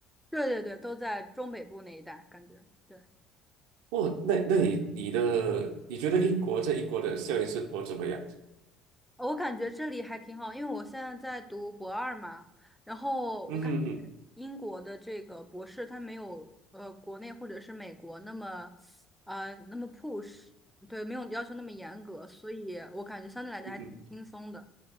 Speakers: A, in the centre; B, on the right.
A: 对对对，都在中北部那一带，感觉对。
B: 哦，那那你你的你觉得英国在英国的校园生活怎么样？
A: 哦我感觉这里还挺好，因为我现在在读博二嘛，然后我感觉英国的这个博士他没有呃国内或者是美国那么
B: 嗯哼嗯
A: 呃那么 push，对，没有要求那么严格，所以我感觉相对来讲还挺轻松的，
B: 哼，嗯哼，